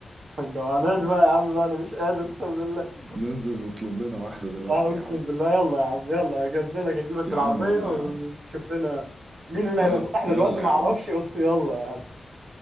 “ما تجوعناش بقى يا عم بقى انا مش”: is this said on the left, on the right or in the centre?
Right